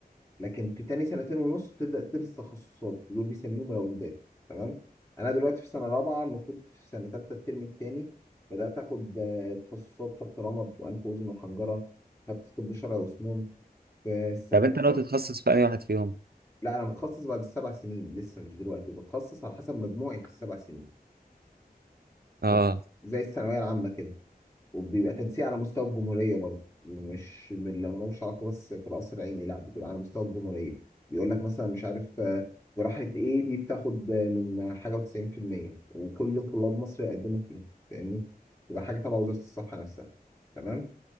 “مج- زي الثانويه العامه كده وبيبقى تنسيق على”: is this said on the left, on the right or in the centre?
Left